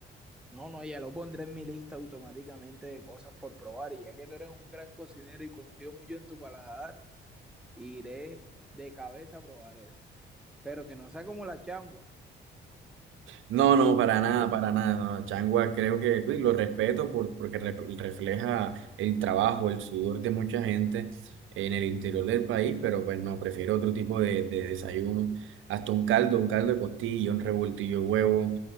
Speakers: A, in the centre; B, on the right.
A: No, no, ya lo pondré en mi lista automáticamente de cosas por probar. Y ya que tú eres un gran cocinero y confío mucho en tu paladar, iré de cabeza a probar eso. Pero que no sea como la changua.
B: No, no, para nada,
A: <laughs>
B: para nada. No. Changua creo que uy, lo respeto por- porque re- refleja el trabajo, el sudor de mucha gente en el interior del país, pero pues no, prefiero otro tipo de, de desayuno. Hasta un caldo, un caldo de costilla, un revoltillo de huevo.